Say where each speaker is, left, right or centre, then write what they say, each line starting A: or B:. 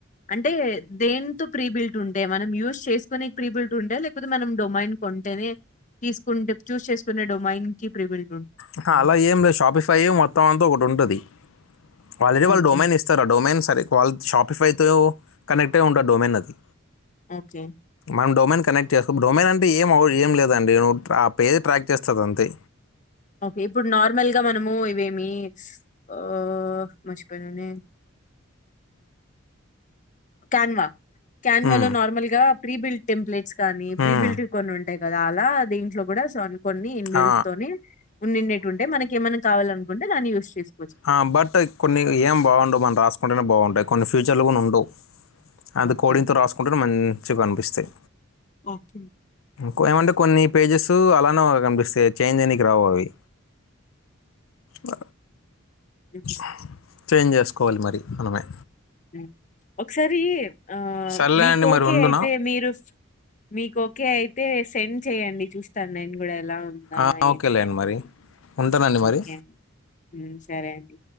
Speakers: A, on the left; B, on the left.
A: అంటే దేంతో ప్రీబిల్ట్ ఉంటే మనం యూజ్ చేసుకునే ప్రీబిల్ట్ ఉండే లేకపోతే మనం డొమైన్ కొంటేనే తీసుకుంటే చూజ్ చేసుకునే డొమైన్ కి ప్రీబిల్
B: అహ అలా ఏం లేదు షాపిఫ్లయ్ మొత్తం అంతా ఒకటి ఉంటది వాళ్ళదీ వాళ్ళు
A: ఓకే.
B: డొమైన్ ఇస్తారా ఆ డొమైన్ సరే వాళ్ళ షాప్లిఫై తో కనెక్ట అయ్యో ఉంటది డోమైన్ అది
A: ఓకే
B: మనం డొమైన్ కనెక్ట్ చేసుకో డొమైన్ అంటే ఏం ఏం లేదండి నువ్వు ఆ పేద ట్రాక్ చేస్తుంది అంతే
A: ఓకే ఇప్పుడు నార్మల్ గా మనము ఇవేమి ఆ మంచిపనిని కన్వ క్యాన్
B: ఉమ్,
A: వల్ల నార్మల్ గా ప్రీబిల్ట్ టెప్ట్ కానీ ప్రీబిల్డ్ంగ్
B: ఉమ్,
A: కొన్ని ఉంటా అంటే కదా అలా దీంట్లో కూడా స్ కొన్ని బల్తోని
B: ఆ,
A: ఉండిండిటు ఉంటే మనక ఏమైన్నా కావాలినుకు వునదన వుని యి చేసుకు నా యచస్త
B: ఆ బట్ కొన్ని ఏం బాగుండువు మనం రాసు అంటనే బాగుంటాయి కొన్ని ఫ్యూచర్లు కూడా ఉండవు అది
A: ఓకే.
B: కోడితో రాసుకుంటు మని మచ్చుగా కనిపిస్తాయి
A: ఓకే.
B: కో ఏమంటే కొన్ని పేజెస్ అలా కనిపిస్తాయి ఇంటు చేంజ్ అనికి రావు యి బ
A: హ్మ్.
B: అ చేంజ్ చేసుకోవాలి మరి మనమే
A: హ ఒకసారి ఆ
B: సర్లే
A: మీకు
B: అండి మరి
A: ఓకే
B: ఉండునా
A: అయితే మీరు మీకు ఓకే అయితే సెండ్ చేయండి చూస్తాను నేను కూడా ఎలా ఉందా
B: ఆ, ఓకేలే
A: ఏమి
B: అండి
A: అనేసి
B: మరి ఉంటానండి మరి
A: ఓకే అండి యూ సరే అండి